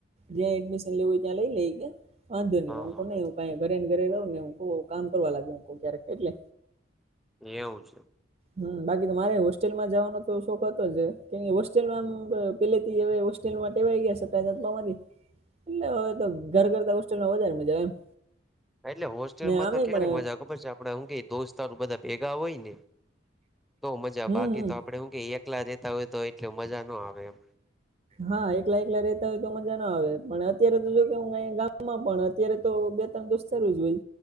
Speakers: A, on the right (about 35°); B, in the centre.
A: જ્યાં એડમિશન લેવું હોય ત્યાં લઈ લે ઈ કે વાંધો નય
B: હા
A: હું
B: હા
A: કોને એવું કઈ ઘરે ને ઘરે રવ ને હું કામ કરવા લાગુ ક્યારેક એટલે
B: એવું છે.
A: હમ બાકી તો મારે હોસ્ટેલમાં જવાનો તો શોખ હતો જ કેમ હોસ્ટેલમાં આમ પેલે થી હોય હો ટેલ મા ટેવાઈ ગયાશે પેદા થવાથી એટલે હવે તો ઘર કરતા હોસ્ટેલમાં વધારે મજા આવે એમ.
B: એટલે હોસ્ટેલમાં
A: ને આમે
B: તો ક્યારે
A: પણ
B: મજા આવે ખબર છે આપડે હું કેય દોસ્તાર બધા ભેગા હોય ને તો મજા
A: હમ
B: બાકી
A: હમ
B: તો આપડે હું કે એકલા રેતા હોય તો એટલે મજા ન આવે એમ.
A: હા એકલા એકલા રેતા હોય તો મજા ન આવે. પણ અત્યારે તો જો કે હ અંયા ગામમાં પણ અત્યારે તો બે ત્રણ દોસ્તારું જ હોય.